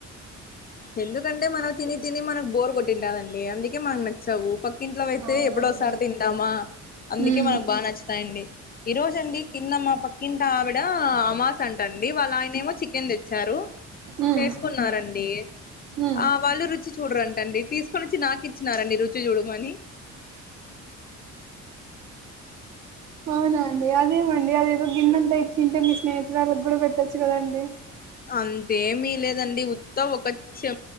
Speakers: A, on the left; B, on the right.
A: ఎందుకంటే మనం తిని తిని మనకు బోర్ కొట్టింటదండి అందుకే మనకు న చ్చవు పక్కింట్లో అయితే
B: అవునండి
A: ఎప్పుడో ఒసారి తింటామా అందుకే
B: ఉమ్
A: మనకు బాగా నచ్చుతాయండి ఈ రోజు అండి కింద మా పక్కింటి ఆవిడ అమాస్ అంటండి వాళ్ళు ఆయన ఏమో చికెన్ తెచ్చారు
B: ఉమ్
A: చేసుకున్నారండి
B: ఉమ్
A: ఆ వాళ్ళు రుచి చూడరంట అండి తీసుకొచ్చి నాకు ఇచ్చినారండి రుచి చూడమని
B: అవునా అండి అదేమండి అదేదో గిన్నెంతా ఇచ్చింటే మీ స్నేహితురాలకి కూడా పెట్టచ్చు కదండి
A: అంతేమీ ఇయ్యలేదండి ఉత్త ఒక చె